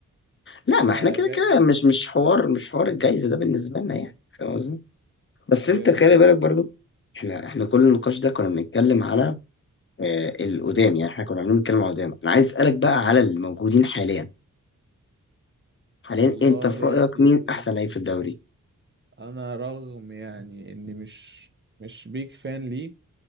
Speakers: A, on the left (about 35°); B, on the right (about 35°).
A: لا
B: كجايزه
A: ما احنا كده كده مش مش حوار مش حوار الجايزه ده بالنسبه لنا
B: مم.
A: يعني فاهم قصدي بس
B: ايوه
A: انت خلي
B: فاهم
A: بالك برضو احنا احنا كل النقاش ده كنا بنتكلم على آه القدام يعني احنا كنا عاملين بنتكلم على القدام انا عايز اسالك بقى على الموجودين حاليا حاليا
B: والله
A: انت في
B: يا
A: رايك
B: سيدي
A: مين احسن لعيب في الدوري
B: انا رغم يعني اني مش مش بيك فان ليه